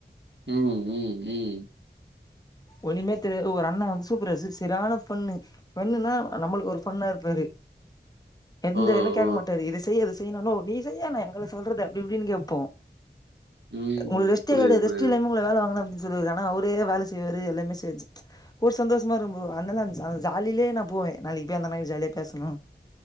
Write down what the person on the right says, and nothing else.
உம் உம் உம்
ஓ!
ஓ!
ம்.
புரியுது,
புரியுது.